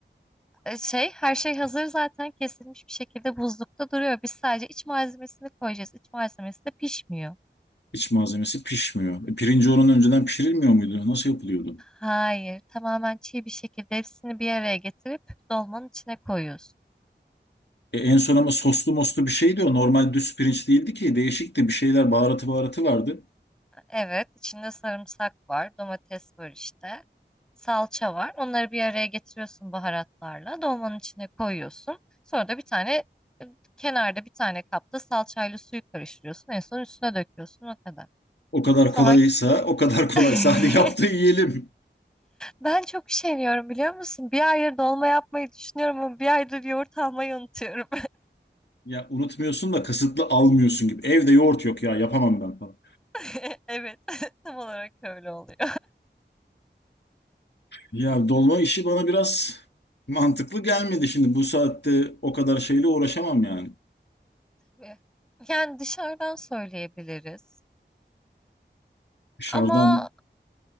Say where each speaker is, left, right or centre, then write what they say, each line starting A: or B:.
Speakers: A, in the centre; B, on the left.
A: E, Şey, her şey hazır zaten kesilmiş bir şekilde buzlukta duruyor. Biz sadece iç malzemesini koyacağız. İç malzemesi de pişmiyor.
B: iç malzemesi pişmiyor. E, pirinci onun önceden pişirilmiyor muydu? Nasıl yapılıyordu?
A: Hayır, tamamen çiğ bir şekilde hepsini bir araya getirip dolmanın içine koyuyorsun.
B: E, en son ama soslu moslu bir şeydi o. Normal düz pirinç değildi ki. Değişikti. Bir şeyler baharatı baharatı vardı.
A: Evet, içinde sarımsak var, domates var işte, salça var. Onları bir araya getiriyorsun baharatlarla, dolmanın içine koyuyorsun. Sonra da bir tane e, kenarda bir tane kapta salçayla suyu karıştırıyorsun. En son üstüne döküyorsun o kadar.
B: O kadar
A: Sonra
B: kolaysa, o kadar kolaysa
A: <laughs>
B: <laughs> hadi yap da yiyelim.
A: Ben çok üşeniyorum biliyor musun? Bir aydır dolma yapmayı düşünüyorum ama bir aydır yoğurt almayı unutuyorum.
B: Ya unutmuyorsun da kasıtlı almıyorsun gibi. Evde yoğurt yok ya yapamam ben falan.
A: <laughs> Evet, <laughs> tam olarak öyle oluyor.
B: Ya dolma işi bana biraz mantıklı gelmedi şimdi. Bu saatte o kadar şeyle uğraşamam yani.
A: Tabii. Yani dışarıdan söyleyebiliriz.
B: Dışarıdan
A: Ama